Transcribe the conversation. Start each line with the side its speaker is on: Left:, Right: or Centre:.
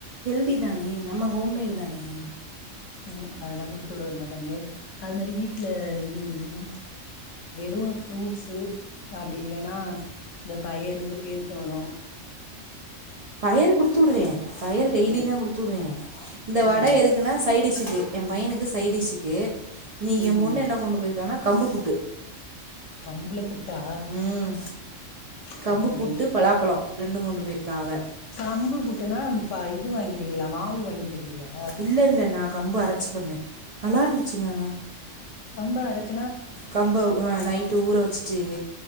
Right: ட்தி தானே நம்ம ஹோம்மேடு தானே
Left: ம் அதெல்லா குடுத்து விடவேங்கமாட்டாய்ங்க அது மாரி வீட்டல இது என்ன வெறு ஃப்ரூட்ஸு அப்பிடி இல்லைன்னா இந்த பயறு பேரிச்ச பலோ
Right: பயரு குடுத்துவிடுவே பயரு டெய்லிதா
Left: ம்
Right: குடுத்துவிடுவே இந்த
Left: ம்
Right: வடை
Left: ம்
Right: எதுக்குன்னா சைடிஸீக்கு எ பையனுக்கு சைடிஷுக்கு இன்னிக்
Left: ம்
Right: எ பொண்ணு
Left: ம்
Right: என்ன கொண்டு போயிருக்கானா கம்பு புட்டு
Left: கம்புல புட்டா
Right: ம்
Left: பரவால்லயே
Right: கம்பு புட்டு பலாப்பழ ரெண்டு கொண்டு போயிருக் க்காவ
Left: கம்பு புட்டுனா பா இது வாங்கிருவீங்களா மாவு வாங்கி செய் நீலா
Right: இல்லை இல்லை நான் கம்பு அரச்சி பண்ணே நல்லா இருந்துச்சுங்க ஆனா
Left: கம்ப அரச்
Right: கம்ப ஆ நைட்டு ஊற வச்சிட்டு